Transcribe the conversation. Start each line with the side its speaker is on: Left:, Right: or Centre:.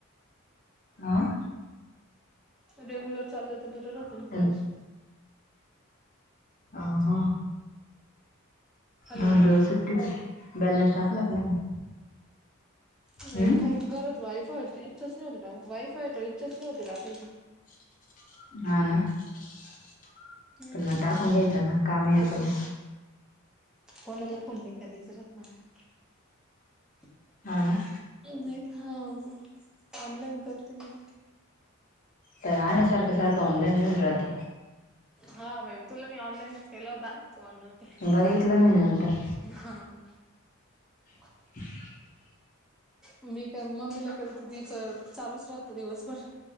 Left: हं
Centre: रेग्युलर चाललंय तर बरं राहते
Left: हॅलो
Centre: पळेस
Left: अ ह.
Centre: हॅलो
Left: दोन दिवस सुट्टीत बॅलेन्स टाकलं आप मग. <inaudible>
Centre: <inaudible>
Left: हम्म?
Centre: घरत वायफाय इच्छाच नाही होती, वायफाय तर इच्छाच नाही होती टाकायची.
Left: <unintelligible> हा ना, <unintelligible> <inaudible>
Centre: हम्म
Left: पण मग टाकून घ्यायचं ना काम येतो
Centre: आजही
Left: ना.
Centre: कोणाला फोन नाही करायचं राहत मला, <inaudible>
Left: हा ना,
Centre: नाही हा <inaudible> ऑनलाईन करतन.
Left: तर आमहीारखं सारखं ऑनलाईन येेऊन राहते.
Centre: हा भा तुला मी ऑनलाईनच केला होता तू म्हणव्हते.
Left: बघितलं मी नंतर.
Centre: हा.
Left: <unintelligible>
Centre: <inaudible> मी का मम्मीला करते तिच चालूच राहत दिवसभर.